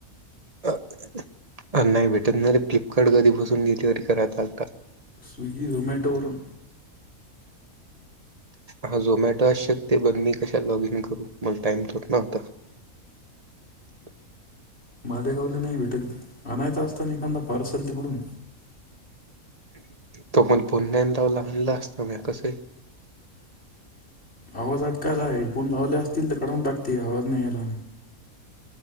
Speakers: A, on the right (about 25°); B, on the left (about 45°).
A: नाही भेटत ना रे फ्लिपकार्ट कधी पासून डिलीवरी करात आता.
B: स्विगी झोमॅटोवरून.
A: हा झोमॅटो आश्यक ते बण मी कशात लॉग इन करू मला टाइम थोडिना होता. <inaudible>
B: मादे गावले नाही भेटत अणायचत असत ना एखादा पारसल तिकडून.
A: तो म्हण पुन्यांदावला आणला असता म कस.
B: आवाज आटकायला हेडफोन लावले असतील तर काढून टाकते आवाज नाही यायला.